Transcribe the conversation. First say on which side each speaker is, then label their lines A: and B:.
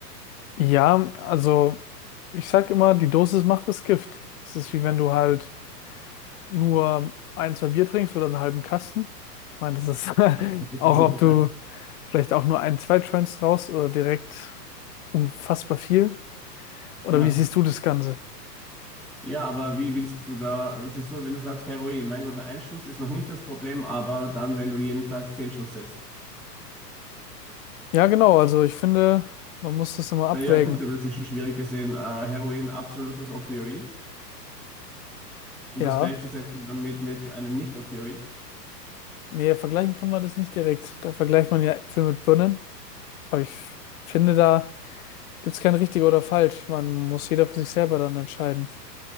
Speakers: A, on the left; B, in the centre.
A: Ja, also ich sag immer, die Dosis macht das Gift. Das ist wie wenn du halt nur ein, zwei Bier trinkst oder einen halben Kasten. Ich meine, das ist
B: <laughs>
A: <laughs>
B: Ist
A: auch,
B: und,
A: ob du vielleicht auch nur ein, zwei Joints raus oder direkt unfassbar viel. Oder
B: ja.
A: wie siehst du das Ganze?
B: Ja, aber wie willst du da, das ist so, wenn du sagst Heroin, mein Gott, nur ein Schuss ist noch nicht das Problem, aber dann, wenn du jeden Tag zehn Schuss setzt.
A: Ja, genau. Also ich finde, man muss das immer abwägen.
B: Naja, gut, aber das ist schon schwierig gesehen. Äh, Heroin, absolutes Opioid. Und
A: Ja,
B: das gleichzusetzen dann mit, mit einem Nicht-Opioid.
A: nee, vergleichen kann man das nicht direkt. Da vergleicht man ja Äpfel mit Birnen. Aber ich finde, da gibt es kein richtig oder falsch. Man muss jeder für sich selber dann entscheiden.